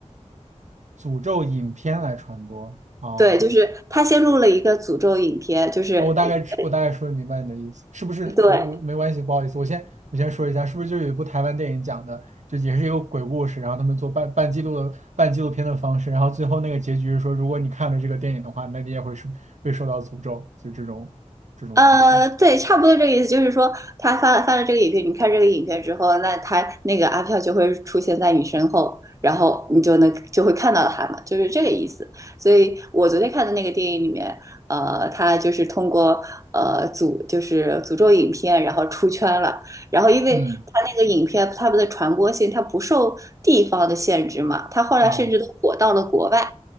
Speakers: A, on the right (about 75°); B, on the right (about 25°).
A: 诅咒影片来传播。啊
B: 对，就是他先录了一个诅咒影片，就是
A: 哦，我大概知我大概说明白你的意思，
B: 呃
A: 是不是？
B: 对，
A: 我我没关系，不好意思，我先我先说一下，是不是就有一部台湾电影讲的，就也是一个鬼故事，然后他们做半半记录的半纪录片的方式，然后最后那个结局是说，如果你看了这个电影的话，那你也会是被受到诅咒，就这种这种方式。
B: 呃，对，差不多这个意思，就是说他发发了这个影片，你看这个影片之后，那他那个阿飘就会出现在你身后，然后你就能就会看到他嘛，就是这个意思。所以我昨天看的那个电影里面，呃，他就是通过呃诅就是诅咒影片，然后出圈了。然后因为他那个影片他们的传播性，
A: 嗯
B: 他不受地方的限制嘛，他后来甚至都火到了国外，
A: 啊。